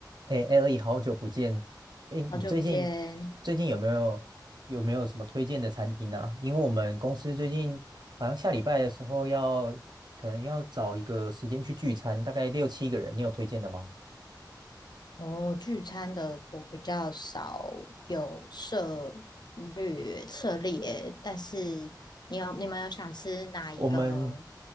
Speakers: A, on the right; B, on the left.
A: 哎 l e 好久不见！哎，你最近最近有没有有没有什么推荐的餐厅啊？
B: 好久不见，
A: 因为我们公司最近好像下礼拜的时候要可能要找一个时间去聚餐，大概六七个人，你有推荐的吗？
B: 我聚餐的我比较少有涉略涉猎，但是你有你们有想吃哪一个？
A: 我们